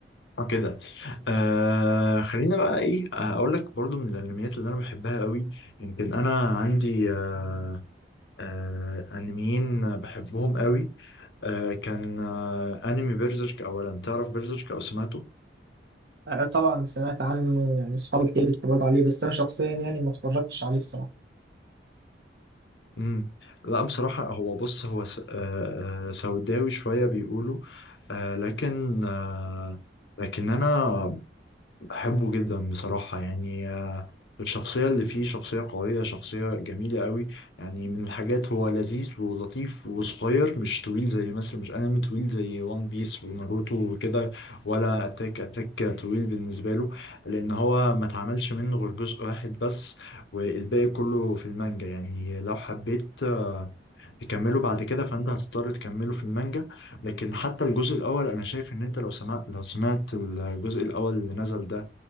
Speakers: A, on the left; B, on the right.
A: وكده آه خلينا بقى ايه آه، اقول لك برضو من الانميات اللي انا بحبها قوي يمكن انا عندي آه آه، انميين بحبهم قوي آه كان آه انمي بيرزيرك اولا تعرف بيرزيرك او سمعته
B: آه، طبعا سمعت عنه يعني أصحابي كتير بيتفرجوا عليه بس أنا شخصيا يعني ما اتفرجتش عليه الصراحة
A: امم لا بصراحة هو بص هو س- آه، آه، سوداوي شوية بيقولوا آه، لكن آه، لكن أنا بحبه جدا بصراحة يعني آه، الشخصية اللي فيه شخصية قوية شخصية جميلة قوي يعني من الحاجات هو لذيذ ولطيف وصغير مش طويل زي مثلا مش انمي طويل زي وان بيس وناروتو وكده ولا اتاك اتاك طويل بالنسبة له لأن هو ما اتعملش منه غير جزء واحد بس والباقي كله في المانجا يعني لو حبيت آه، تكمله بعد كده فانت هتضطر تكمله في المانجا لكن حتى الجزء الاول انا شايف ان انت لو سمعت لو سمعت الجزء الاول اللي نزل ده